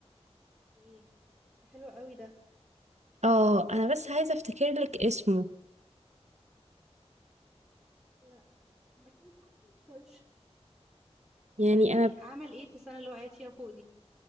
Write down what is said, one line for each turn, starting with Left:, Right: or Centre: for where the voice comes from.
Centre: ايه ده حلو قوي ده
Right: اه انا بس عايزه افتكر لك اسمه
Centre: لا أكيد ما كنتش
Right: يعني
Centre: طيب يعني
Right: انا
Centre: أعمل ايه في السنة اللي وقعت فيها فوق دي؟